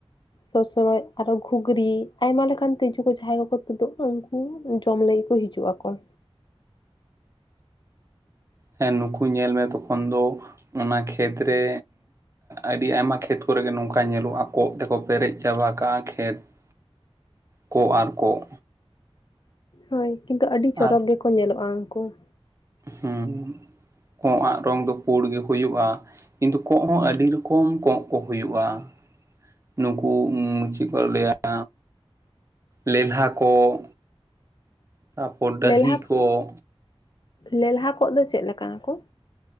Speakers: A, on the left (about 50°); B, on the right (about 30°).
A: ᱥᱚᱥᱚᱨᱚᱡ ᱟᱨᱚ ᱜᱷᱩᱜᱽᱨᱤ ᱟᱭᱢᱟ ᱞᱮᱠᱟᱱ ᱛᱤᱡᱩ ᱩᱱᱠᱩ ᱡᱟᱦᱟᱸᱭ ᱠᱚᱠᱚ ᱛᱩᱫᱩᱜ-ᱟᱠᱚ ᱩᱱᱠᱩ ᱡᱚᱢ ᱞᱟᱹᱜᱤᱫ ᱠᱚ ᱦᱤᱡᱩᱜ-ᱟᱠᱚ ᱾
B: ᱦᱮᱸ ᱱᱩᱠᱩ ᱧᱮᱞ ᱢᱮ ᱛᱚᱠᱷᱚᱱ ᱫᱚ ᱚᱱᱟ ᱠᱷᱮᱛ ᱨᱮ ᱟᱹᱰᱤ ᱟᱭᱢᱟ ᱠᱷᱮᱛ ᱠᱚᱨᱮ ᱜᱮ ᱱᱚᱝᱠᱟ ᱧᱮᱞᱚᱜ-ᱟ ᱠᱚᱸᱜ ᱛᱮᱠᱚ ᱯᱮᱨᱮᱡ ᱪᱟᱵᱟ ᱠᱟᱜᱼᱟ ᱠᱷᱮᱛ ᱾ ᱠᱚᱸᱜ ᱟᱨ ᱠᱚᱸᱜ
A: ᱦᱟᱭ ᱠᱤᱱᱛᱩ ᱟᱹᱰᱤ ᱪᱚᱨᱚᱠ
B: ᱟᱨ
A: ᱜᱮᱠᱚ ᱧᱮᱞᱚᱜᱼᱟ ᱩᱱᱠᱩ ᱾
B: ᱦᱮᱸ ᱠᱚᱸᱜ ᱟᱜ ᱨᱚᱝ ᱫᱚ ᱯᱩᱲ ᱜᱮ ᱦᱩᱭᱩᱜᱼᱟ ᱾ ᱠᱤᱱᱛᱩ ᱠᱚᱸᱜ ᱦᱚᱸ ᱟᱹᱰᱤ ᱨᱚᱠᱚᱢ ᱠᱚᱸᱜ ᱠᱚ ᱦᱩᱭᱩᱜᱼᱟ ᱾ ᱱᱩᱠᱩ ᱪᱮᱫ ᱠᱚ ᱞᱟᱹᱭᱟ ᱾ ᱞᱮᱞᱦᱟ ᱠᱚᱸᱜ ᱛᱟᱨ ᱯᱚᱨ ᱰᱟᱹᱦᱤ
A: ᱞᱮᱞᱦᱟ
B: ᱠᱚᱸᱜ
A: ᱠᱚ ᱞᱮᱞᱦᱟ ᱠᱚᱸᱜ ᱫᱚ ᱪᱮᱫ ᱞᱮᱠᱟᱱᱟᱠᱚ?